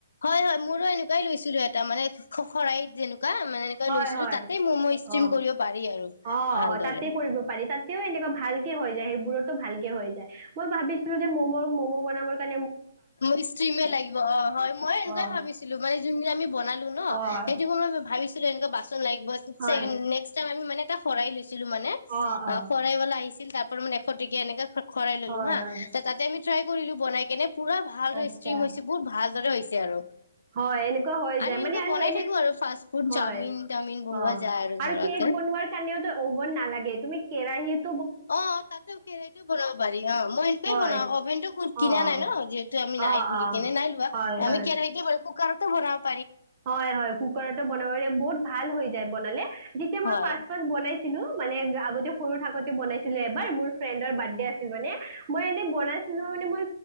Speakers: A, on the left; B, on the right.
A: হয় হয় মোৰো এনেকোৱাই লৈছিলোঁ এটা মানে খখৰাহিত যে এনেকোৱা মানে এনেকুৱা
B: হয়
A: লৈছিলো
B: হয়
A: তাতে ম'ম' ষ্ট্ৰিম
B: অ
A: কৰিব পাৰি আৰু
B: অ
A: ভালদৰে
B: অ তাতে কৰিব পাৰি তাতেও এনেকোৱা ভাল কেই হৈ যায় সেইবোৰততো ভালকে হৈ যায় মই ভাবিছিলো যে ম'মৰ ম'ম বনাব তাত
A: মো ষ্টিমে লাগিব অ হয় মই এনেকোৱাই
B: অ
A: ভাবিছিলো মানে যোন যে আমি বনালো ন
B: অ
A: সেইটো সময়ত মই ভাবিছিলো টোত এনেকা বাচ ন লাগিব
B: হয়,
A: চেইম নেক্সট টাইম আমি মানে এটা চৰাই লৈ ছিলো মানে
B: অ', অ',
A: খৰাহি অলা আহিছে তাৰ পৰা মানে এশ টকীয়া এনেকা খৰাই ললো
B: হয়,
A: হা
B: হয়,
A: তাতে আমি ট্ৰাই কৰিলো বনাই কেনে পুৰা ভালদৰে
B: আচ্ছা,
A: ষ্ট্ৰ্ৰীম হৈছে বহুত ভাল। হৈছে আৰু।
B: হয় এনেকুৱা হৈ যায়
A: এনেকুৱা
B: মানে, আৰু
A: বনাই
B: এনে
A: থাকো আৰু ফাষ্ট ফুড
B: হয়,
A: চাওমিন তাওমিন বনোৱা
B: অ
A: যায়
B: আৰু
A: ঘৰতে।
B: কেক বনোৱাৰ কাৰণেও অভন নালাগে তুমি কেৰাহীত
A: অ তাতে কেৰাহীও বনাব পাৰি অ। মই সেইটোৱে
B: হয়,
A: বনাও, অভেনতটো কিনা
B: অ',
A: নাই ন যিহেতু আমি নাই
B: অ',
A: বুলি
B: অ',
A: কিনে নাই লোৱা।
B: হয়,
A: আমি
B: হয়।
A: কেৰাহীতে বন কুকাৰত <unintelligible>
B: হয় হয় কুকাৰতো বনাব পাৰে। বহুত ভাল হৈ যায় বনালে যেতিয়া
A: হয়,
B: মই পাচ পাচ বনাই চিলো, মানে আগতে সৰু থাকোতে বনাইছিলো এবাৰ, মোৰ ফ্ৰেণ্ডৰ বাৰ্থডে আছিল মানে, মই এনেই বনাইছিলো মানে মই